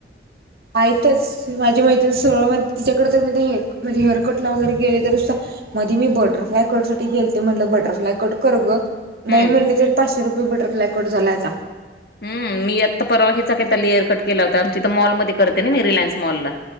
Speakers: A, on the right (about 55°); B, on the left (about 55°).
A: आहेतच माझी मैत्री सरळण तिच्याकडे तर म हे म्हणजे हेअर कटला वगैरे गेले तर मध्ये मी बटरफ्लाय कट साठी गेल ते म्हणटलं बटरफ्लाय कट कर ग नाही
B: हम्म
A: म्हणले ते पाचशे रुपये बटरफ्लाय कट झाला आता
B: हम् मी आत्ता परवा हचाता लिअरकट केला होता आमची तर मॉलमध्येध्ये करते ना मी रिलायन्स मॉलला